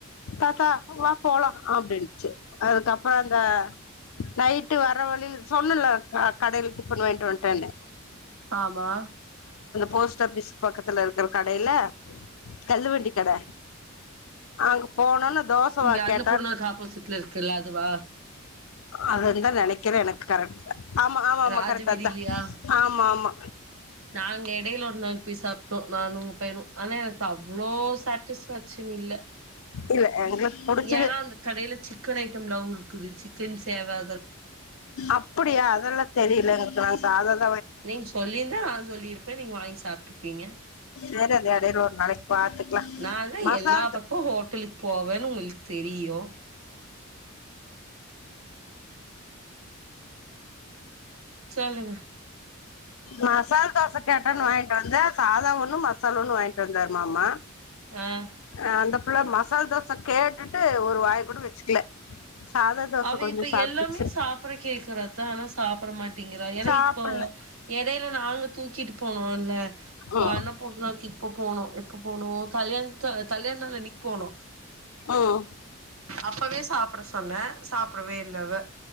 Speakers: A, on the left; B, on the right.
A: தாத்தா வா போலாம் அப்படினுச்சு அதுக்கப்பறம் அந்த நைட்டு வர வழில சொன்னல கடையில டிப்பன் வாயிண்ட் வ வந்துட்டேன்னு
B: ஆமா
A: போஸ்ட் ஆபிஸ்க்கு பக்கத்துல இருக்ற கடைல தல்லுவண்டி கட அங்க போனோன தோச
B: இங்க
A: வா
B: அன்னபூர்னாக்கு
A: கேட்டா
B: ஆப்போசிட்ல இருக்குல்ல அதுவா
A: அதுந்தான் நெனைக்கறேன் எனக்கு கரெக்ட் ஆமா ஆமா ஆமா
B: ராஜவீதிலியா
A: கரெக்ட் அதான் ஆமா ஆமா
B: நாங்க இடையில ஒரு நாள் போய் சாப்ட்டோம் நானு உங்க பைனும் ஆனா எனக்கு அவ்வளோ சாட்டிஸ்பஷன் இல்ல
A: இல்ல எங்களுக்கு புடிச்சது
B: ஏன்னா அந்த கடையில சிக்கன் ஐட்டம் எலாவும் இருக்குது சிக்கன் சேவா
A: அப்படியா அதெல்லா தெரியல எனக்கு நங்க <unintelligible>
B: நீங்க சொல்லிருந்தா நான் சொல்லிருப்பேன் நீங்க வாங்கி சாப் ப்பீங்க
A: சரி அது எடையில ஒரு நாளைக்கு பாத்துக்கலா
B: நான் தான்
A: மசால்
B: எல்லா பக்கமும்
A: த-
B: ஹோட்டலுக்கு போவேன்னு உங்களுக்கு தெரியும் சொல்லுங்க
A: மசால் தோச கேட்டன்னு வாங்கி வந்த சாதாவ ஒன்னும் மசால ஒன்னும் வாங்கிட்டு வந்தாரு மாமா
B: ஆ
A: ஆஹ் அந்த இல்ல மசால தோச கேட்டுட்டு ஒரு வாய் கூட வச்சுக்கல சாதா தோச
B: அவ
A: கொஞ்சோ
B: இப்ப
A: சாப்ட்டுச்சு
B: எல்லாமே சாப்ட கேக்குற அதான் சாப்ட மாட்டி ங்கிற ஏன்னா
A: சாப்புட்ல
B: இப்போ எடையில நாங்க தூக்கிட்டு போனோம்ல்ல இப்ப
A: ம்
B: அன்னபூர்னாக்கு இப்ப போனோம் இப்ப போனோ கல்யாணத் கல்யாண நாள் ன்னிக்கி போனோ
A: ம்
B: அப்பவே சாப் அப்ரம் சொன்ன சாப்டவே இல்ல அவ